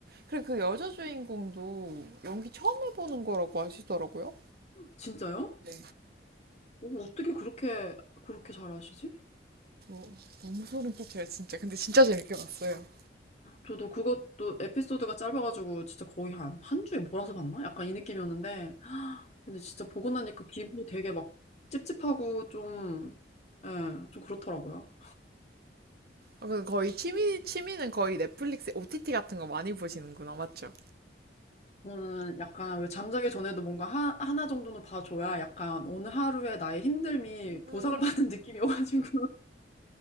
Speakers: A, on the right; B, on the left.
A: 그리고 그 여자 주인공도 연기 처음 해보는 거라고 하시더라고요.
B: 진짜요?
A: 네.
B: 오, 어떻게 그렇게 그렇게 잘하시지?
A: 저 너무 소름 끼쳐요, 진짜. 근데 진짜 재밌게 봤어요.
B: 저도 그것도 에피소드가 짧아가지고 진짜 거의 한 한 주에 몰아서 봤나? 약간 이 느낌이었는데 <gasps> 근데 진짜 보고 나니까 기분이 되게 막 찝찝하고 좀 예, 좀 그렇더라고요.
A: 아, 그 거의 취미, 취미는 거의 넷플릭스 OTT 같은 거 많이 보시는구나, 맞죠?
B: 저는 약간 왜 잠자기 전에도 뭔가 하, 하나 정도는 봐줘야 약간 오늘 하루에 나의 힘듦이 보상을
A: 음.
B: 받는 <laughs> 느낌이 오가지고